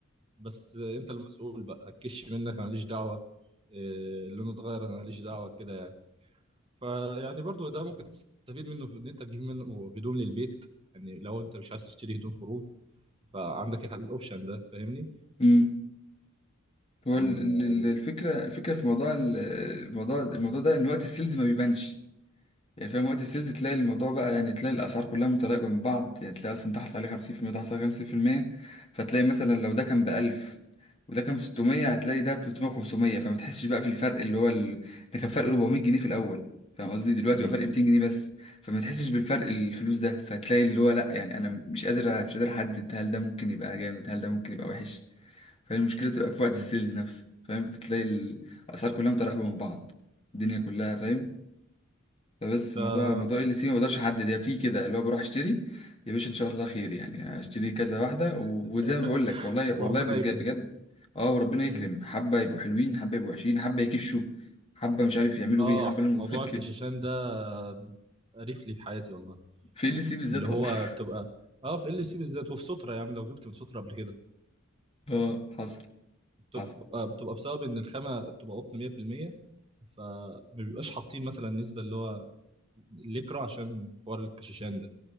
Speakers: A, on the right; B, on the left.
A: بس انت المسؤول بقى هتكش منك انا ماليش دعوه إيه، لونه اتغير انا ماليش دعوه كده يعني فيعني برضو ده ممكن تستفيد منه في ان انت تجيب منه هدوم للبيت يعني لو انت مش عايز تشتري هدوم خروج فعندك الح- الاوبشن ده فاهمني
B: امم هو
A: يعني
B: ال- ال- ال-
A: ال...
B: الفكرة الفكرة في موضوع ال- الموضوع الموضوع ده إن وقت السيلز ما بيبانش يعني فاهم وقت السيلز تلاقي الموضوع بقى يعني تلاقي الأسعار كلها متراكمة من بعض يعني تلاقي أصلا ده حصل عليه 50% ده حصل عليه 50% فتلاقي مثلا لو ده كان ب 1000 وده كان ب 600 هتلاقي ده ب 300 500 فما تحسش بقى في الفرق اللي هو ال... ده كان فرق 400 جنيه في الأول فاهم قصدي دلوقتي
A: مم.
B: بقى فرق 200 جنيه بس فما تحسش بالفرق الفلوس ده فتلاقي اللي هو لا يعني أنا مش قادر مش قادر أحدد هل ده ممكن يبقى جامد هل ده ممكن يبقى وحش فالمشكلة بتبقى في وقت
A: مم.
B: السيلز نفسه فاهم بتلاقي الأسعار كلها متراقبة من بعض الدنيا كلها فاهم فبس
A: تا-
B: موضوع موضوع ال سي ما بقدرش أحدد هي بتيجي كده اللي هو بروح أشتري يا باشا إن شاء الله خير يعني أشتري كذا واحدة و-
A: <laughs>
B: وزي ما بقول لك والله
A: وربنا
B: والله بجد
A: يكرم
B: بجد أه وربنا
A: مم.
B: يكرم حبة يبقوا حلوين حبة يبقوا وحشين حبة يكشوا حبة مش عارف يعملوا
A: اه
B: إيه حبة لهم
A: موضوع
B: <laughs> كده
A: الكشاشان ده قريف لي في حياتي والله
B: في ال سي بالذات
A: اللي هو
B: والله <laughs>
A: بتبقى اه في ال سي بالذات وفي سترة يعني لو جبت من سترة قبل كده
B: أه حصل
A: بتبقى
B: حصل
A: بتبقى بسبب ان الخامه بتبقى قطن 100% فما بيبقاش حاطين مثلا نسبه اللي هو الليكرا عشان حوار الكشاشان ده